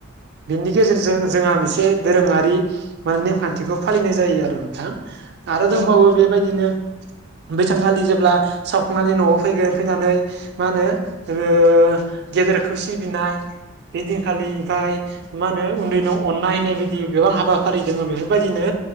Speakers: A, on the right; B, on the left.
A: बेनि गेजेरजों जोंहा मोनसे दोरोङारि माने नेमखान्थिखौ फालिनाय जायो आरो नोंथां आरो
B: नोंथां औ
A: दंबावो
B: नोंथां
A: बेबायदिनो
B: औ नोंथां
A: बेथांखालि जेब्ला सावखांनानै न'आव फैगोन फैनानै मा होनो ओ गेदेरखौ सिबिनाय बे दिनखालि ओमफ्राय मा होनो उन्दैनाव अननाय होननाय बायदि गोबां हाबाफारि दङ बेफोरबायदिनो